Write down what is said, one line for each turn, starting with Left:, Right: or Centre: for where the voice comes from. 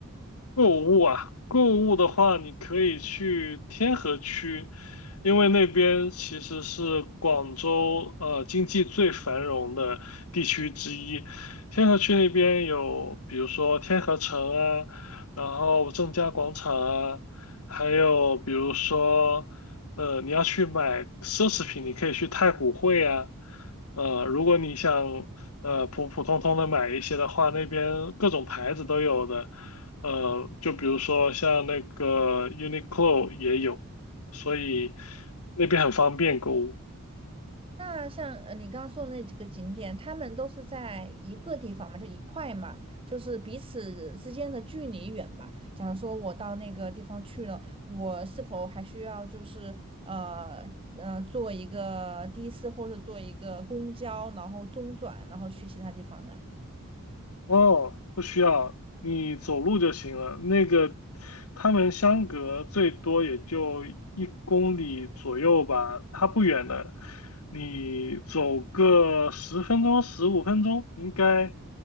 Left: 购物啊，购物的话，你可以去天河区，因为那边其实是广州呃经济最繁荣的地区之一。天河区那边有，比如说天河城啊，然后正佳广场啊，还有比如说呃你要去买奢侈品，你可以去太古汇啊。呃，如果你想呃普普通通的买一些的话，那边各种牌子都有的。呃，就比如说像那个 Uniqlo 也有，所以那边很方便购物。
Right: 那像呃你刚刚说的那几个景点，他们都是在一个地方嘛，就一块嘛，就是彼此之间的距离远嘛。假如说我到那个地方去了，我是否还需要就是呃呃坐一个的士或者坐一个公交，然后中转，然后去其他地方呢？
Left: 哦，不需要，你走路就行了。那个他们相隔最多也就一公里左右吧，它不远的，你走个十分钟、十五分钟，应该